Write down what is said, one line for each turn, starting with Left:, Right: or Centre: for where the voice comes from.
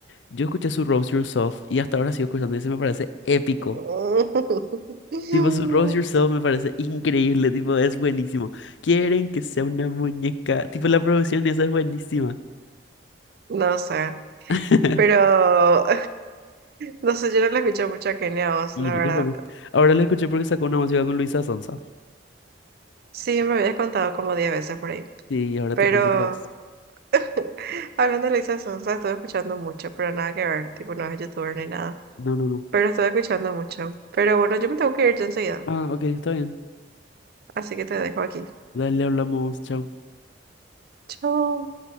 Left: yo escuché su Rose Yourself y hasta ahora sigo escuchando y ese me parece épico.
Right: <laughs>
Left: Tipo, su Rose Yourself me parece increíble, tipo, es buenísimo. Quieren que sea una muñeca, tipo, la producción esa es buenísima.
Right: No sé.
Left: <laughs>
Right: Pero <laughs> no sé, yo no le escuché mucho a Kenia Oz,
Left: Mira,
Right: la verdad.
Left: tampoco. Ahora la escuché porque sacó una música con Luisa Sonza.
Right: Sí, me habías contado como diez veces por ahí.
Left: Sí, ahora
Right: Pero
Left: te cuento otra vez.
Right: <laughs> hablando de Lisa Sonsa, estuve escuchando mucho, pero nada que ver. Tipo, no es youtuber ni nada.
Left: No, no, no.
Right: Pero estuve escuchando mucho. Pero bueno, yo me tengo que ir ya enseguida.
Left: Ah, ok, está bien.
Right: Así que te dejo aquí.
Left: Dale, hablamos, chao.
Right: Chao.